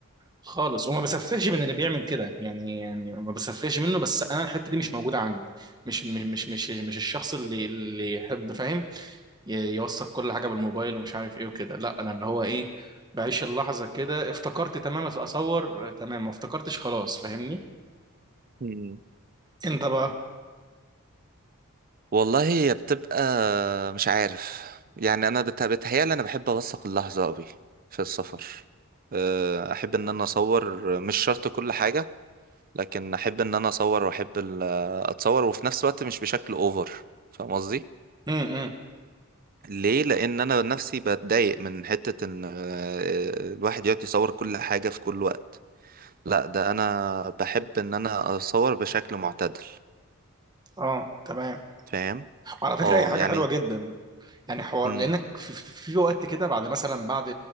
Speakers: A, on the right; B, on the right.
A: خالص وما بسفهش من اللي بيعمل كده يعني يعني ما بسفهش منه بس انا الحته دي مش موجوده عندي مش مش مش مش, مش الشخص اللي اللي يحب فاهم ي- يوثق كل حاجه بالموبايل ومش عارف ايه وكده لا انا اللي هو ايه بعيش اللحظه كده افتكرت تمام اصور تمام ما افتكرتش خلاص فاهمني
B: مم.
A: انت بقى
B: والله هي بتبقى مش عارف يعني انا بت- بتهيالي انا بحب اوثق اللحظة قوي في السفر آه، احب ان انا اصور مش شرط كل حاجة لكن احب ان انا اصور واحب ال- اتصور وفي نفس الوقت مش بشكل اوفر فاهم قصدي
A: امم
B: ليه لان انا نفسي بتضايق من حتة ان آه، الواحد يقعد يصور كل حاجة في كل وقت لا ده انا بحب ان انا اصور بشكل معتدل
A: اه تمام
B: فاهم
A: وعلى فكره
B: اه
A: هي حاجه
B: يعني
A: حلوه جدا يعني حوار
B: مم.
A: لانك في, في في وقت كده بعد مثلا بعد